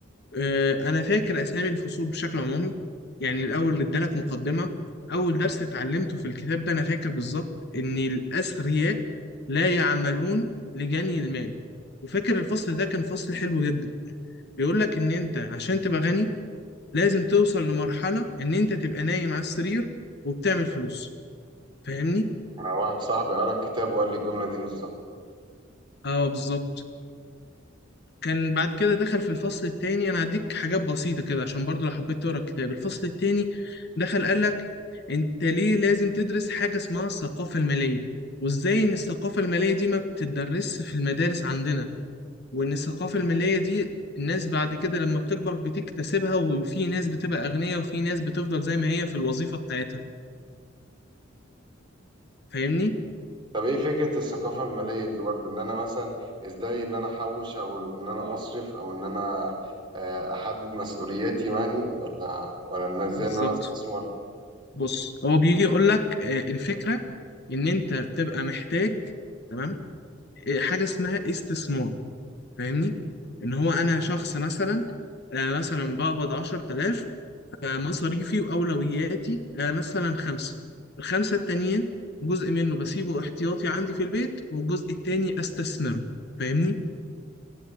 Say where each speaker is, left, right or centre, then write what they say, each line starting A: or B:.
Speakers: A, on the left; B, on the right.
A: آه، انا فاكر اسامي الفصول بشكل عمومي يعني الاول اللي ادالك مقدمه اول درس اتعلمته في الكتاب ده انا فاكر بالظبط ان الاثرياء لا يعملون لجني المال وفاكر الفصل ده كان فصل حلو جدا بيقول لك ان انت عشان تبقى غني لازم توصل لمرحله ان انت تبقى نايم على السرير وبتعمل فلوس فاهمني
B: انا واحد صاحبي قرا الكتاب وقال لي الجملة دي بالظبط
A: اه بالظبط كان بعد كده دخل في الفصل التاني انا هديك حاجات بسيطة كده عشان برضو لو حبيت تقرا الكتاب الفصل التاني دخل قال لك انت ليه لازم تدرس حاجة اسمها الثقافة المالية وازاي ان الثقافة المالية دي ما بتدرسش في المدارس عندنا وان الثقافة المالية دي الناس بعد كده لما بتكبر بتكتسبها وفي ناس بتبقى أغنياء وفي ناس بتفضل زي ما هي في الوظيفة بتاعتها فاهمني؟
B: طب ايه فكرة الثقافة المالية دي برضو ان انا مثلا ازاي ان انا احوش او ان انا اصرف او ان انا آه، احدد مسؤولياتي يعني ولا ولا ان ازاي
A: بالظبط
B: ان انا استثمر
A: بص هو بيجي يقول لك آه، الفكرة ان انت بتبقى محتاج تمام آه، حاجة اسمها استثمار فاهمني ان هو انا شخص مثلا آه، مثلا بقبض 10000 فمصاريفي واولوياتي آه، مثلا خمسه الخمسه التانيين جزء منه بسيبه احتياطي عندي في البيت والجزء التاني استثمره فاهمني